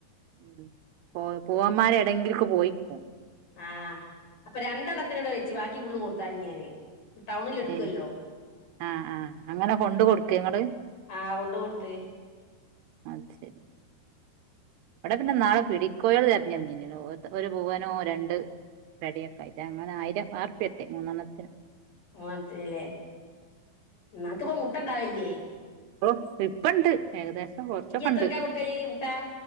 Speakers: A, on the right; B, on the left.
A: ഉ പോ പോൂവന്മാര് എടങ്കിലക്ക് പോയിക്കും
B: ആഹ അപ്പൊ രണ്ടെണത്തിനോടെ വെച്ച്ു ബാക്കി ഉള്ള് കൊർത്ത ഞാന് ടൗണിൽ എടുക്കുവല്ലോ
A: ഏഹ് ആഹ് ആഹ് അങ്ങനെ കൊണ്ട് കൊടുക്കേ ഇങ്ങള്
B: ആഹ് കൊണ്ട് കൊടുത്ത്
A: അച്ചെ ഇവിടെ പിന്നെ നാെടിക്കോൽ പി മീന ഒരു പൂവനോ രണ്ട് പെടിയൊക്കെ ആയിട്ട് അങ്ങനെ ആയിരം ആർപ്പ എട്ടെ മൂന്നെണ്ണത്തിനന്
B: മനത്തില്ലേ നക്കിപ്പ മുട്ട ഉണ്ടാവല്ലേ
A: <unintelligible> പ്പണ്ട് ഏകദേശം കൊറച്ചൊക്കെ
B: ഇ എത്ര
A: ഉണ്ട്
B: ക്ക കൊടുക്കലി ട്ട